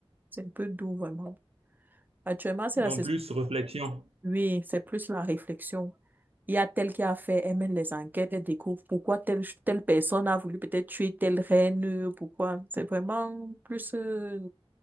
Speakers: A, on the right (about 20°); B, on the right (about 85°).
A: C'est un peu doux, vraiment. Actuellement, c'est
B: Donc
A: la saison.
B: plus réflexion.
A: Oui, c'est plus la réflexion. Il y a tel qui a fait, elle mène les enquêtes, elle découvre pourquoi telle, telle personne a voulu peut-être tuer telle reine, euh, pourquoi. C'est vraiment plus euh,